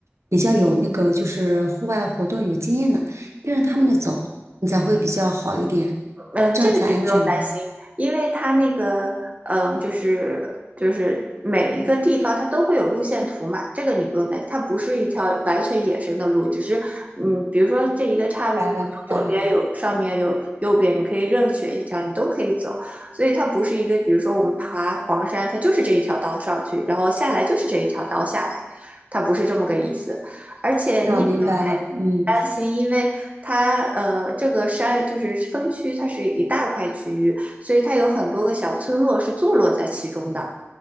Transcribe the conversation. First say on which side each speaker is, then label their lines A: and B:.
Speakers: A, on the right; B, on the right.
A: 比较有那个就是户外活动有经验的，跟着他们的走，你才会比较好一点，
B: 嗯，
A: 这样才安全吧。
B: 这个你不用担心，因为它那个，嗯，就是就是每一个地方它都会有路线图嘛，这个你不用担心，它不是一条完全野生的路，只是，嗯，比如说这一个岔路，
A: 明白了，明白了，
B: 左边有上面有右边，你可以任选一条，你都可以走，所以它不是一个，比如说我们爬黄山，它就是这一条道上去，然后下来就是这一条道下来，它不是这么个意思，而且你也不用太
A: 那我明白了，嗯。
B: 担心，因为它呃，这个山就是分区，它是一大块区域，所以它有很多个小村落是坐落在其中的。